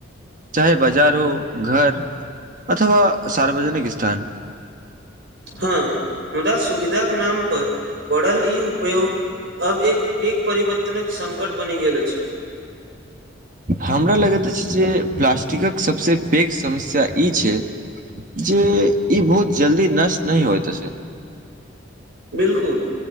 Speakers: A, on the right (about 40°); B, on the right (about 60°).
A: चाहे बाजार हो घर अथवा सार्वजनिक स्थान
B: हँ मुदा सुविधाक नाम पर बढ़ल ई उपयोग अब एक पेघ परिवर्तनक संकट बनि गेल अछि
A: ह हमरा लगैत अछि जे प्लास्टिकक सभ से पेघ समस्या ई छै जे ई बहुत जल्दी नष्ट नहि होयत अछि
B: बिल्कुल